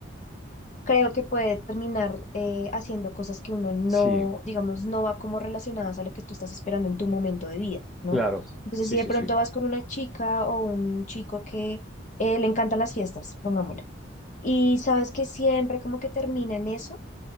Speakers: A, on the left; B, in the centre.
A: creo que puede terminar eh, haciendo cosas que uno no,
B: Sí,
A: digamos, no va como relacionadas a lo que tú estás esperando en tu momento de vida, ¿no?
B: claro.
A: Entonces,
B: Sí,
A: si
B: sí,
A: de pronto
B: sí.
A: vas con una chica o un chico que eh, le encantan las fiestas, pongámoslo, y sabes que siempre como que termina en eso